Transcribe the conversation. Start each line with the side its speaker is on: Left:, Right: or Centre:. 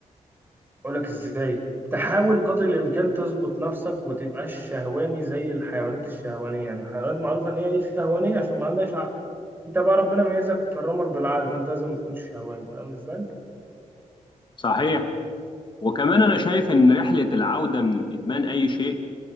Right: اقول لك ازاي تحاول قدر الامكان تظبط نفسك وتبقاش شهواني زي الحيوانات الشهوانيه يعني الحيوانات معروفه ان هي إيه شهوانيه عشان ما عندهاش عقل انت بقى ربنا ميزك وكرمك بالعقل فانت لازم ما تكونش شهواني فاهم ازاي
Left: صحيح وكمان أنا شايف إن رحلة العودة من إدمان أي شيء